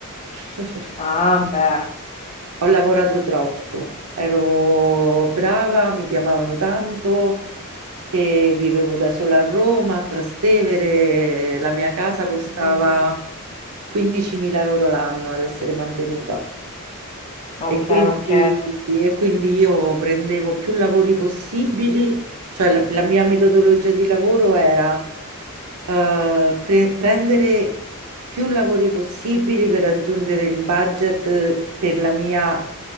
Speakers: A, on the right; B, on the left.
A: <laughs>
B: Ah, beh.
A: Ho lavorato troppo, ero brava, mi chiamavano tanto e vivevo da sola a Roma, a Trastevere, la mia casa costava
B: Mm,
A: 15.000 euro l'anno ad essere mantenuta.
B: Ok,
A: E quindi,
B: ok,
A: e quindi io prendevo più lavori possibili, cioè la, la mia metodologia di lavoro era eh, pre- prendere più lavori possibili per raggiungere il budget eh, per la mia